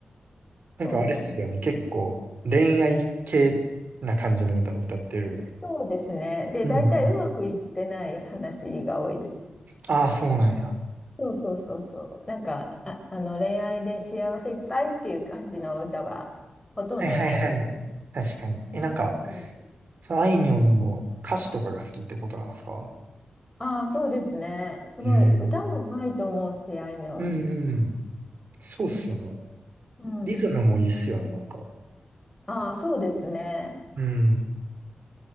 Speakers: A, on the right (about 60°); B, on the left (about 20°).
A: なんかあれっすよね。
B: そうなんだ。
A: 結構恋愛系な感じの歌を歌ってる。
B: そうですね。で、
A: うんうん。
B: 大体うまくいってない話が多いです。
A: ああ、そうなんや。
B: そうそうそうそう。なんか、あ、あの恋愛で幸せいっぱいっていう感じの歌はほとんどないです。
A: はいはいはい。確かに。え、なんか、
B: なんか
A: そのあいみょんの歌詞とかが好きってことなんですか
B: ああ、そうですね。すごい。
A: へえ。
B: 歌もうまいと思うし、あいみょん。
A: うんうん。そうっすよね。
B: うん。
A: リズムもいいっすよね、なんか。
B: ああ、そうですね。
A: うん。